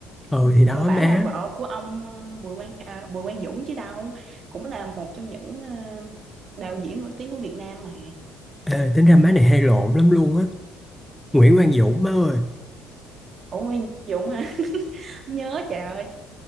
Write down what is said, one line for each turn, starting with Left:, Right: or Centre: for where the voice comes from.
Centre: ừ thì đó
Right: mà bả
Centre: má
Right: là vợ của ông ờ, Bùi Quang à, Bùi Quang Dũng chứ đâu cũng là một trong những ờ, đạo diễn nổi tiếng của Việt Nam mà
Centre: Ê, tính ra má này hay lộn lắm luôn á Nguyễn Quang Dũng má ơi
Right: Ủa Quang Dũng à <laughs> nhớ trời ơi